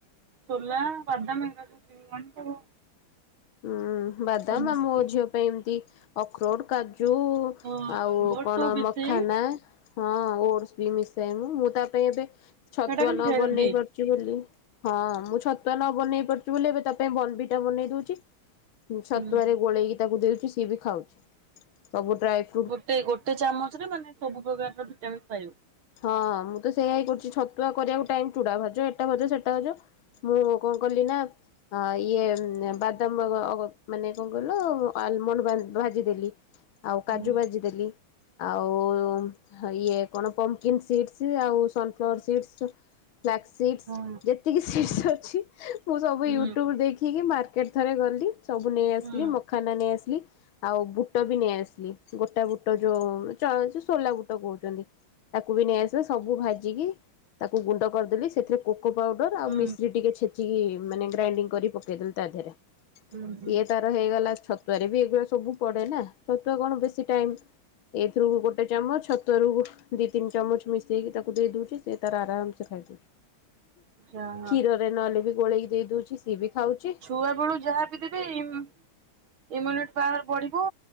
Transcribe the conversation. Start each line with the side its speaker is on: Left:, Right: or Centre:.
Right: ସୋଲା ବାଦାମ ଏଇଗୁରା ସବୁ କିଣିକି ଆଣି ସବୁ
Left: ଉଁ ବାଦାମ
Right: ମିଶେଇ
Left: ଆ ମୋ ଝିଅ ପାଇଁ ଏମତି ଅଖରୋଟ କାଜୁ
Right: ହଁ
Left: ଆଉ
Right: ବୋଟ
Left: କଣ
Right: ସବୁ ମିଶେଇ
Left: ମଖାନା ହଁ ଓଟସ ବି ମିଶାଇ ମୁଁ ମୁଁ ତା ପାଇଁ ଏବେ ଛତୁଆ
Right: ସେଟା କିନ୍ତୁ
Left: ନ
Right: ହେଲ୍ଦି।
Left: ବନେଇ ପାରୁ ଚି ବୋଲି ହଁ ମୁଁ ଛତୁଆ ନ ବନେଇ ପାରୁଚି ବୋଲି ଏବେ ତା ପାଇଁ ବର୍ନଭିଟା ବନେଇ ଦଉଚି। ଛତୁଆରେ
Right: ହୁଁ
Left: ଗୋଳେଇକି ତାକୁ ଦେଉଚି ସିଏ ବି ଖାଉଚି ସବୁା ଡ୍ରାଏଫ୍ରୁ
Right: ଗୋଟେ ଗୋଟେ ଚାମଚ ରେ ମାନେ ସବୁ ପ୍ରକାରର ଭିଟାମନ୍ ପାଇବ।
Left: ହଁ ମୁଁ ତ ସେଇଆ ହି କରୁଚି ଛତୁଆ କରିବାକୁ ଟାଇମ ଚୁଡା ଭାଜ ଏଟା ଭାଜ ସେଟା ଭାଜ ମୁଁ ମୁଁ କଣ କଲି ନା ହଁ ଇଏ ନେ ବା ଦାମ ଅ ଅ ଅଗ ମାନେ କଣ କହିଲ ଆଲମଣ୍ଡ ଭାନ୍ ଭାଜିଦେଲି। ଆଉ କାଜୁ
Right: ହୁଁ
Left: ବାଜି ଦେଲି। ଆଉ ହ ଇଏ କଣ ପମ୍କିନ୍ ସିଡସ୍ ଆଉ ସନଫ୍ଲାୱାର ସିଡସ୍ ଫ୍ଲାଗ ସିଡସ୍
Right: ହଁ
Left: ଯେତିକି ସିଡସ୍ ଅଛି ମୁଁ ସବୁ
Right: ହୁଁ।
Left: ୟୁଟ୍ୟୁବ ଦେଖିକି ମାର ଥରେ ଗଲି ସବୁ ନେଇଆସିଲି
Right: ହୁଁ
Left: ମଖାନା ନେଇ ଆସିଲି। ଆଉ ବୁଟ ବି ନେଇ ଆସିଲି ଗୋଟା ବୁଟ ଯୋଉ ଚ ଯୋଉ ସୋଲା ବୁଟ କହୁଚନ୍ତି। ତାକୁ ବି ନେଇଆସିବେ ସବୁ ଭାଜିକି ତାକୁ ଗୁଣ୍ଡ କରିଦ ଲି ସେଥିରେ କୋକୋ ପାଉଡର
Right: ହୁଁ
Left: ଆଉ ମିସ୍ରି ଟିକେ ଛେଚିକି ମାନେ ଗ୍ରାଇଣ୍ଡିଙ୍ଗ କରି ପକେଇଦେଲି ତା ଧେରେ।
Right: ହୁଁ ହୁଁ।
Left: ତାର ହେଇଗଲା ଛତୁଆରେ ବି ଏଗୁରା ସବୁ ପଡେ ନା ଛତୁଆ କଣ ବେଶୀ ଟାଇମ୍ ଏଇଥିରୁ ଗୋଟେ ଚାମଚ ଛତୁଆରୁ ଦି ତିନି ଚାମଚ ମିଶେଇକି ତାକୁ ଦେଇଦଉଚି ସେ ତାର ଆରାମ ସେ ଖାଇଦଉଚି।
Right: ଯାହା
Left: କ୍ଷୀରରେ ନହେଲେ ବି ଗୋଳେଇକି ଦେଇଦଉଚି ସିଏ ବି ଖାଉଚି।
Right: ଉଆବେଳୁ ଯାହାବି ଦେବେ ଇମ୍ ଇମୁନିଟ୍ ପାୱାର ବଢିବ